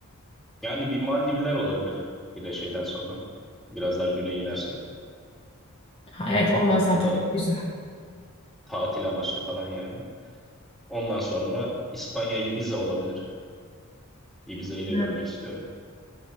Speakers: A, in the centre; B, on the left.
A: Yani bir Maldivler olabilir bir de şeyden sonra. Biraz daha güneye inersek.
B: Ha, evet oralar zaten
A: O da
B: hep güzel.
A: tatil amaçlı falan yani. Ondan sonra İspanya Ibiza olabilir. Ibiza'yı da
B: Evet.
A: görmek istiyorum.